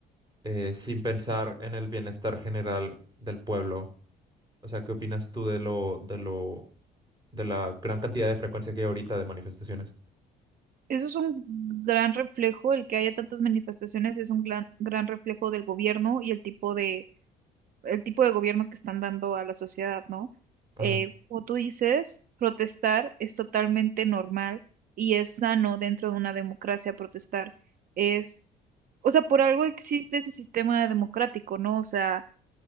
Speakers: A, on the right (about 25°); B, on the right (about 60°).
A: eh, sin pensar en el bienestar general del pueblo. O sea, ¿qué opinas tú de lo, de lo, de la gran cantidad de frecuencia que hay ahorita de manifestaciones?
B: Eso es un gran reflejo, el que haya tantas manifestaciones es un gran, gran reflejo del gobierno y el tipo de el tipo de gobierno que están dando a la sociedad, ¿no?
A: Ajá,
B: Eh, como tú dices, protestar es totalmente normal y es sano dentro de una democracia protestar. Es, o sea, por algo existe ese sistema democrático, ¿no? O sea,